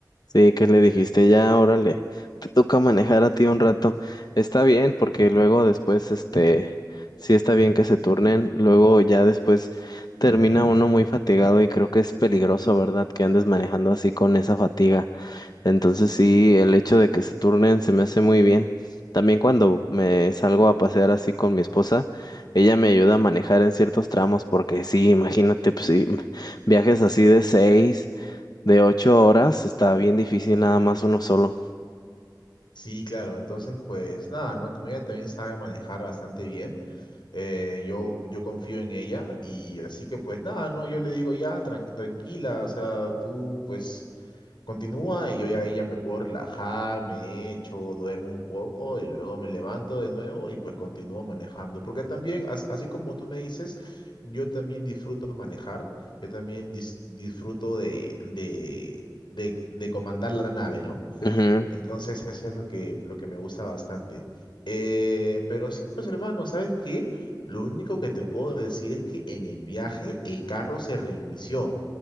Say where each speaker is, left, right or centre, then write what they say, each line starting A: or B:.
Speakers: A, on the left; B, on the left.
A: Sí, que le dijiste, ya, órale, te toca manejar a ti un rato. Está bien, porque luego después, este, sí está bien que se turnen, luego ya después termina uno muy fatigado y creo que es peligroso, ¿verdad? Que andes manejando así con esa fatiga. Entonces sí, el hecho de que se turnen se me hace muy bien. También cuando me salgo a pasear así con mi esposa, ella me ayuda a manejar en ciertos tramos, porque sí, imagínate, pues sí, viajes así de seis. De ocho horas está bien difícil nada más uno solo.
B: Sí, claro. Entonces, pues nada, ¿no? Como ella también sabe manejar bastante bien, eh, yo, yo confío en ella y así que pues nada, ¿no? Yo le digo ya, tran- tranquila, o sea, tú pues... Continúa y yo ya ahí ya me puedo relajar, me echo, duermo un poco y luego me levanto de nuevo y pues continúo manejando. Porque también, as- así como tú me dices, yo también disfruto manejar, yo también dis- disfruto de, de, de, de comandar la nave, ¿no?
A: Ujú.
B: Entonces eso es lo que, lo que me gusta bastante. Eh, pero sí, pues hermano, ¿sabes qué? Lo único que te puedo decir es que en el viaje el carro se reinició,